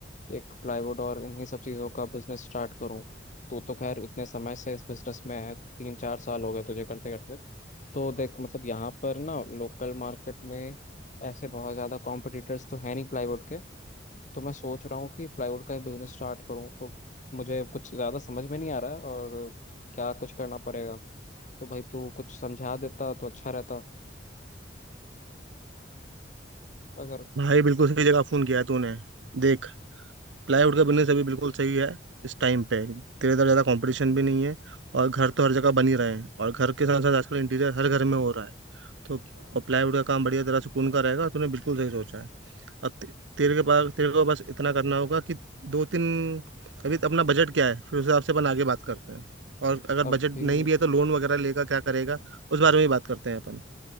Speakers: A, on the left; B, on the right.
A: एक प्लाईवुड और इन्हीं सब चीज़ों का बिजनेस स्टार्ट करूँ तू तो खैर इतने समय से इस बिजनेस में है तीन चार साल हो गए तुझे करते करते तो देख मतलब यहाँ पर ना लोकल मार्केट में ऐसे बहुत ज़्यादा कॉम्पिटिटर्स तो है नहीं प्लाईवुड के तो मैं सोच रहा हूँ कि प्लाईवुड का ही बिजनेस स्टार्ट करूँ तो मुझे कुछ ज़्यादा समझ में नहीं आ रहा है और क्या कुछ करना पड़ेगा तो भाई तू कुछ समझा देता तो अच्छा रहता अगर
B: भाई बिल्कुल सही जगह फोन किया है तूने देख प्लाईवुड का बिजनेस अभी बिल्कुल सही है इस टाइम पे तेरे तरह ज्यादा कंपटीशन भी नहीं है और घर तो हर जगह बन ही रहे हैं और घर के साथ साथ आजकल इंटीरियर हर घर में हो रहा है तो और प्लाईवुड का काम बढ़िया तरह सुकून का रहेगा तूने बिल्कुल सही सोचा है अब ते- तेरे के पास तेरे को बस इतना करना होगा कि दो तीन अभी तो अपना बजट क्या है फिर उस हिसाब से अपन आगे बात करते हैं और अगर
A: अभी
B: बजट नहीं भी है तो लोन वगैरह लेगा क्या करेगा उस बारे में ही बात करते हैं अपन